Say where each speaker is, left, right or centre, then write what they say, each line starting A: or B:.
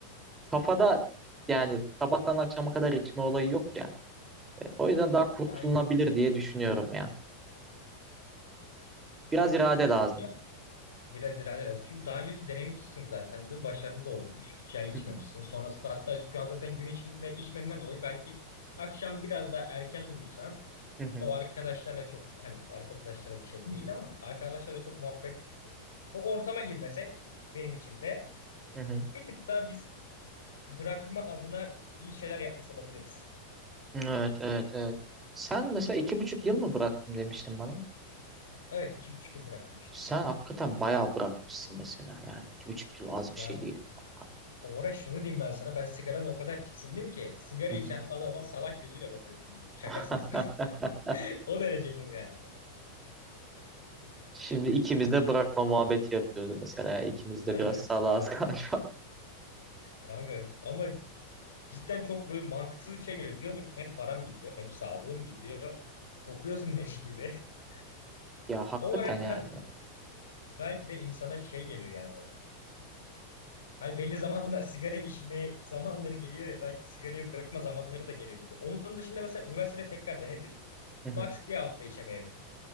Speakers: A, on the right (about 15°); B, on the left (about 65°).
A: kafada yani sabahtan akşama kadar içme olayı yok ya. O yüzden daha kurtulunabilir
B: Aynen doğru.
A: diye düşünüyorum ya.
B: Çünkü
A: Biraz irade lazım.
B: ya Biraz ilerleyelim. Çünkü daha önce de denemişsin zaten. Bir başarılı olmuş. İki ay içmemişsin.
A: Hı hı,
B: Sonrasında hatta şu an zaten gün içinde içmediğinden dolayı belki akşam biraz daha erken uyusan
A: hı hı,
B: o arkadaşlarla çok hani arkadaşlara bir şey değil ama arkadaşlarla çok muhabbet o ortama girmesek benim için de
A: hı hı.
B: bir tık daha biz bırakma adına iyi şeyler yapmış olabiliriz.
A: Evet, evet, evet. Sen mesela iki buçuk yıl mı bıraktım demiştin bana.
B: Evet iki buçuk yıl bırakmıştım.
A: Sen hakikaten bayağı bırakmışsın mesela yani. iki buçuk yıl az
B: Ya
A: bir şey değil kanka.
B: o ara şunu diyeyim ben sana ben sigaradan o kadar tiksindim ki sigara
A: Hı
B: içen
A: hı.
B: adama salak gözüyle bakıyordum. Şakasız.
A: <laughs>
B: <laughs> O dereceydim yani.
A: Şimdi ikimiz de bırakma muhabbeti yapıyoruz mesela. İkimiz
B: Aynen.
A: de biraz salağız
B: Evet.
A: <laughs> galiba.
B: Kanka ama cidden çok böyle mantıksız bir şey geliyor. Diyorsun ki hem param gidiyor hem sağlığım gidiyor. Kokuyorsun leş gibi. <laughs>
A: Ya hakikaten
B: O ara
A: yani.
B: hadi belki de insana şey geliyor yani. Hani belli zamanlar sigara içme zamanları geliyor ya belki sigarayı bırakma zamanları da geliyor gibi. Onun dışında mesela üniversitede tekrar denedim.
A: Hı hı.
B: Max bir hafta içemeyebildim.